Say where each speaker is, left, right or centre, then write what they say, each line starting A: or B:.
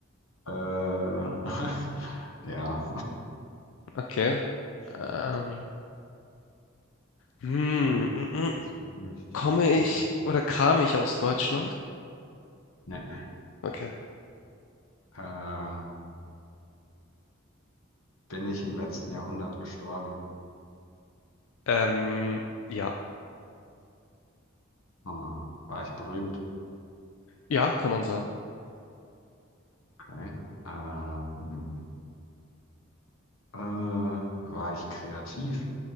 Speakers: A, on the left; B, on the left.
A: Äh, <laughs> ja.
B: Okay.
A: Shit,
B: Ähm, hm, mm, mm.
A: jetzt nicht.
B: komme
A: Hm,
B: ich oder kam ich aus Deutschland?
A: Nee.
B: Okay.
A: Äh, bin ich im letzten Jahrhundert gestorben?
B: Ähm, ja.
A: Hm. War ich berühmt?
B: Ja, kann man sagen.
A: Okay. Äh, hm. äh, war ich kreativ?